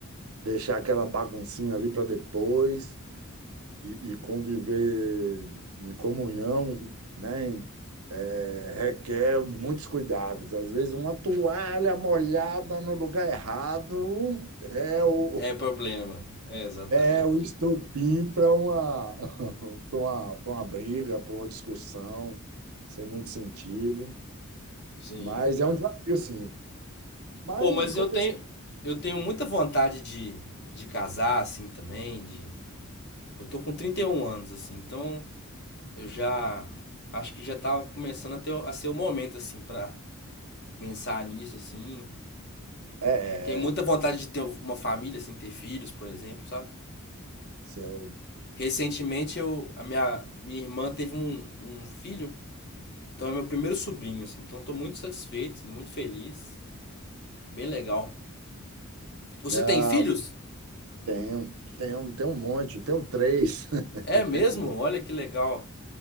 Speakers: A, on the right (about 85°); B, on the left (about 50°).
A: deixar aquela baguncinha ali para depois e, e conviver em comunhão, né? É, requer muitos cuidados. Às vezes uma toalha molhada no lugar errado é o,
B: é problema. É, exatamente.
A: é o estopim para uma, <laughs> para uma, para uma briga, para uma discussão, sem muito sentido.
B: Sim.
A: Mas é um desafio, sim. Mas
B: Pô, mas
A: em compensação.
B: eu tenho, eu tenho muita vontade de, de casar, assim, também, de... Eu tô com 31 anos, assim, então eu já acho que já tá começando a ter, a ser o momento, assim, pra pensar nisso, assim.
A: É,
B: Tenho muita
A: é,
B: vontade de ter uma família, assim, ter filhos, por exemplo, sabe?
A: sei.
B: Recentemente eu, a minha, minha irmã teve um, um filho Então é meu primeiro sobrinho, assim. Então estou muito satisfeito, assim, muito feliz. Bem legal. Você
A: Ah,
B: tem filhos?
A: tenho, tenho, tenho um monte, tenho três. <laughs>
B: É mesmo? Olha que legal.